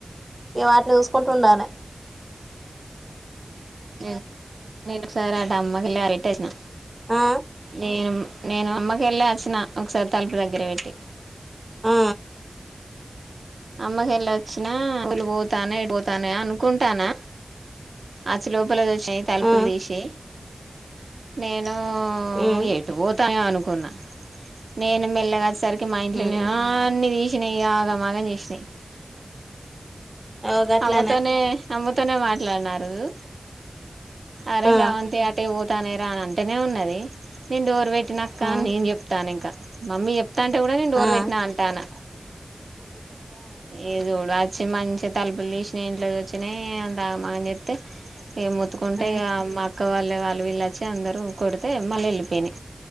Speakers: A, on the right; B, on the right.
A: ఇ వాటిని చూసుకుంట ఉంండడాలే
B: న నెలుారట అమ్మకిలి అరటచ్చిన
A: ఆ
B: నేను నేను అమ్మకి వెళ్ళి వచ్చిన ఒకసారి తలుపు దగ్గర పెట్టి
A: ఆ
B: అమ్మక వెళ్ళ వచ్చినా పలు పోతున్నాయి పోతున్నాయి అనుకుంటున్నా అచ్చి లోపల చూసినాయి తలుపులు
A: ఆ
B: తీసి నేను
A: ఉమ్
B: ను ఎటు పోతున్నాయి అనుకున్నా నేను మెల్లగా వచ్చేసరి కి మా ఇంట్లోనే
A: ఉమ్
B: అన్ని తీసినాయి ఆగమాగం చేసినాయి
A: ఓ గట్లనే
B: అమ్మతోనే అమ్మతోనే మాట్లాడున ఆరోజు అరే
A: ఆ
B: శవంతి అటే పోతానే రా అని అంటేనే ఉన్నది నేను డోర్ పెట్టి ట్టినా అక్క
A: ఆ
B: నేను చెప్తాన ఇంకా మమ్మీ చెప్తా అంటే కూడా నేను డోర్
A: ఆ ఆ
B: పెట్టినా అంటాన ఏ జూడు చి మంచిగా తలుపులు తీసిన ఇంట్లో వచ్చిన అంతాగమా చేస్తే ఇక మొత్తుకుంటే
A: ఆ
B: ఇగ మా అక్క వాళ్ళ వాళ్ళు వీళ్ళచ్చి అందరుూ కొడితే మళ్ళీ వెళ్ళిపోయినా